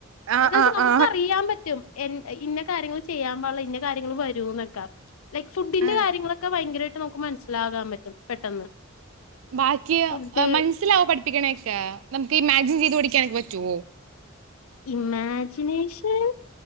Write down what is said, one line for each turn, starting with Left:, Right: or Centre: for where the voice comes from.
Right: ആ
Left: എന്താവെച്ചാ
Right: ആ
Left: നമുക്ക്
Right: ആ
Left: അറിയാൻ പറ്റും എ ഇന്ന കാര്യങ്ങള് ചെയ്യാൻ പാടില്ല ഇന്ന കാര്യങ്ങൾ വരൂന്നൊക്കെ ഫുഡിന്റെ
Right: ആ
Left: കാര്യങ്ങള് ഒക്കെ ഭയങ്കരായിട്ട് നമ്മുക്ക് മനസ്സിലാകാൻ പറ്റും പെട്ടെന്ന്
Right: ബാക്കിയൊ
Left: ഫുഡ്
Right: മനസ്സിലാവോ പഠി പിക്കണക്കെ നമ്മുക്ക് ഈ ഇമാജിൻ ചെയ്ത് പഠിക്കാനൊക്കെ പറ്റോ
Left: ഇമാജിനേഷൻ